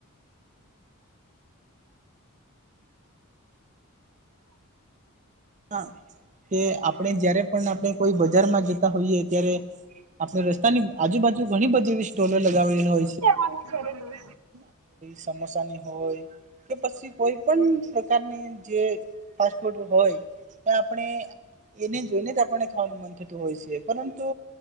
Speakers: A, on the right (about 35°); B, on the right (about 80°).
A: હા તે આપણે જયારે પણ આપણે કોઈ બજારમાં જતા હોઈએ ત્યારે આપણે રસ્તાની આજુબાજુ ઘણી બધી એવી સ્ટોલો લગાવને હોય છે.
B: વાનું કરલું <unintelligible>
A: સમોસાની હોય. કે પછી કોઈ પણ પ્રકારની જે ફાસ્ટ ફૂડ હોય. આપણે એને જોઈને જ આપણને ખાવાનું મન થતું હોય છે પરંતુ